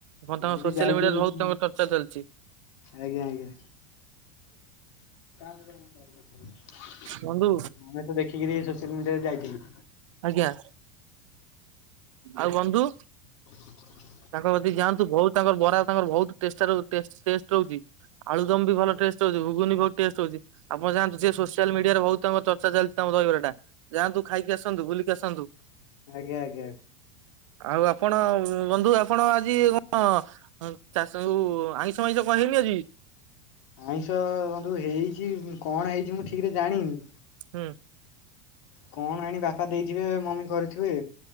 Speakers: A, on the right (about 80°); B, on the left (about 65°).
A: ବ
B: ଆମେ
A: ତାଙ୍କ
B: ବି
A: ସୋସିଆଲ
B: ଯାଇଛୁ
A: ମିଡିଆରେ ବହୁତ ତାଙ୍କର ଚର୍ଚ୍ଚା ଚାଲିଚି।
B: ଆଜ୍ଞା ଆଜ୍ଞା। ଆମେ
A: ବନ୍ଧୁ
B: ତ ଦେଖିକିରି ସୋସିଆଲ ମିଡିଆରେ ଯାଇଥିଲୁ।
A: ଆଜ୍ଞା। ଆଉ ବନ୍ଧୁ?
B: <inaudible>
A: ତାଙ୍କ ତିକି ଯାଆନ୍ତୁ ବହୁତ ତାଙ୍କର ବରା ତାଙ୍କର ବହୁତ ଟେସେ ଟେସ୍ ଟେଷ୍ଟ ରହୁଚି ଆଳୁ ଦମ ବି ଭଲ ଟେଷ୍ଟ ସ୍ ହଉଛି ଘୁଗୁନି ବହୁତ ଟେଷ୍ଟ ହଉଚି ଆପଣ ଯାନ୍ତୁ ସେ ସୋସିଆଲ ମିଡିଆରେ ବହୁତ ତାଙ୍କ ଚର୍ଚ୍ଚା ଚାଲିଚି ତାଙ୍କର ଦହିବରାଟା। ଯାଆନ୍ତୁ ଖାଇକି ଆସନ୍ତୁ ବୁଲିକି ଆସନ୍ତୁ।
B: ଆଜ୍ଞା ଆଜ୍ଞା।
A: ଆଉ ଆପଣ ଉମ ନ୍ଧୁ ଆପଣ ଆଜି କଣ ଚାଷ ଯଉ ଆଇଁଷ ଆଇଁଷ କରିନେ ଆଜି?
B: ଆଇଁଷ ବନ୍ଧୁ ହେଇଚି କଣ ହେଇଚି ମୁଁ ଠିକ ରେ ଜାଣିନି।
A: ହୁଁ।
B: କଣ ଆଣି ବାପା ଦେଇଥିବେ ମମି କରିଥିବେ।